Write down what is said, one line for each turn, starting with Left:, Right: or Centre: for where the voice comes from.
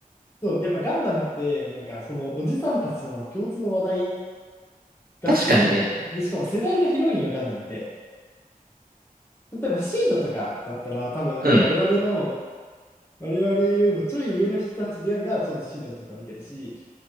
Left: そう、やっぱガンダムって、なんか、その、おじさんたちの共通の話題が過ぎるんだよね。
Right: 確かにね。
Left: で、しかも世代が広いんよ、ガンダムって。例えば、シードとかだったら、多分、
Right: うん。
Left: 我々の我々よりもちょい上の人たちでがちょうどシータとか見てるし、